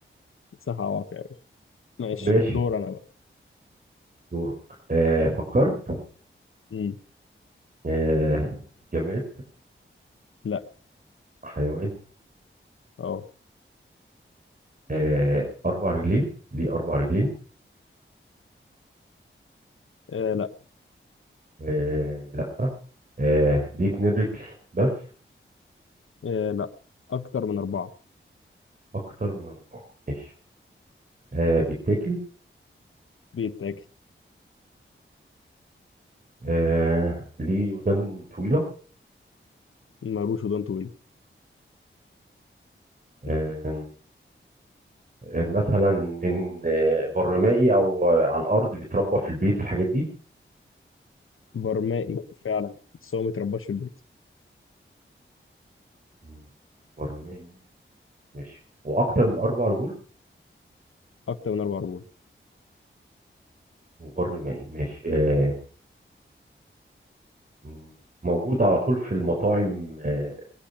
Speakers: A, on the left; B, on the right.
A: صح عوافي يا باشا ماشي
B: ماشي
A: دور أنا بقى
B: دورك آه فكرت
A: مم.
B: آه جماد
A: لا
B: حيوان
A: أه
B: آه اربع رجلين ليه اربع رجلين
A: آه، لا
B: آه لا آه ليه اتنين رجل بس
A: آه، لا أكتر من أربعة
B: اكتر من اربعة ماشي آه بيتاكل
A: بيتاكل
B: آه ليه ودان طويلة
A: مالوش ودان طويلة
B: آه
A: لا
B: آه، مثلا من آه، برمائي أو آه، على الأرض بيتربى في البيت الحاجات دي
A: برمائي فعلا بس هو مترباش في البيت
B: مم، برمائي ماشي وأكتر من أربع رجول
A: اكتر من اربع رجول
B: وبرمائي ماشي آه مم، موجود على طول في المطاعم آه